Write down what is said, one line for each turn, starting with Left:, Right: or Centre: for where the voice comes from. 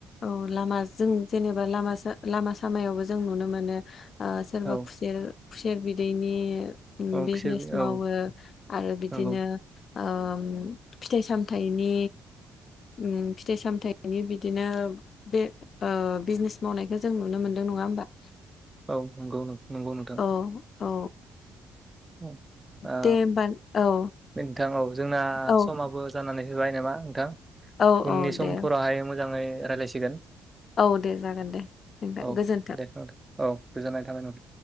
Left: औ लामा जों जेनेबा लामा लामा सामायावबो जों नुनो मोनो। ओ सोरबा
Right: औ
Left: खुसेर खुसेर बिदैनि
Right: औ
Left: बिजनेस
Right: खुसेर बि औ
Left: मावो आरो बिदिनो
Right: नंगौ
Left: ओ फिथाइ सामथायाइनि अम फिथाइ सामथायाइनि बिदिनो बे ओ बिजनेस मावनायखौ जों नुनो मोनदों नङा होमबा
Right: औ नंगौ नंगौ नोंथां
Left: औ औ
Right: औ ओ
Left: दे होमबा औ
Right: नोंथां औ जोंना
Left: औ
Right: समाबो जानानै होबाय नामा नोंथां
Left: औ
Right: उननि
Left: औ
Right: समफोरावहाय
Left: दे
Right: मोजाङै रायज्लायसिगोन।
Left: औ दे जागोन दे नोंथां
Right: औ
Left: गोजोन्थों
Right: दे नोंथां औ गोजनाय थाबाय नों